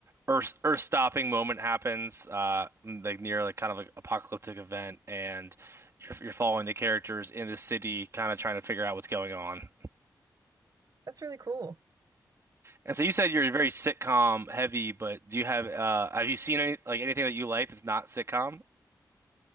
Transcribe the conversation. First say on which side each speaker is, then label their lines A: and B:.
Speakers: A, on the right (about 45°); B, on the right (about 60°).
A: earth earth stopping moment happens uh like near like kind of like apocalyptic event and you're, you're following the characters in the city kind of trying to figure out what's going on.
B: that's really cool.
A: And so you said you're very sitcom heavy, but do you have uh have you seen any like anything that you like that's not sitcom?